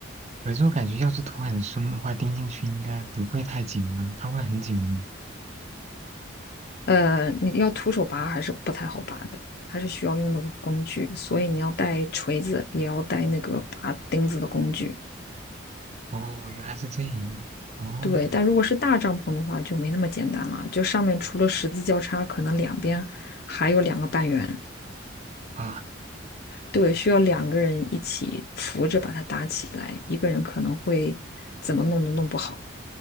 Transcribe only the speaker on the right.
有是我感觉要是头很松的话，钉进去应该不会太紧了，它会很紧密。
哦，原来是这样。哦，
啊，